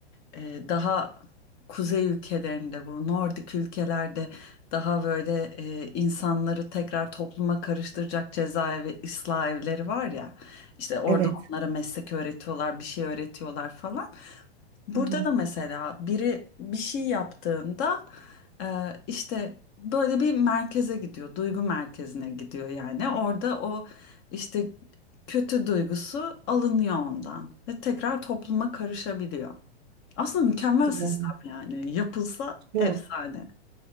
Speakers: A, on the left; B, on the right.
A: e, daha kuzey ülkelerinde bu Nordik ülkelerde daha böyle e, insanları tekrar topluma karıştıracak cezaevi ıslah evleri var ya. İşte orada
B: Evet.
A: onlara meslek öğretiyorlar, bir şey öğretiyorlar falan. Burada
B: Hı hı.
A: da mesela biri bir şey yaptığında e, işte böyle bir merkeze gidiyor, duygu merkezine gidiyor yani. Orada o işte kötü duygusu alınıyor ondan ve tekrar topluma karışabiliyor. Aslında mükemmel
B: Doğru.
A: sistem yani. Yapılsa
B: Yok.
A: efsane.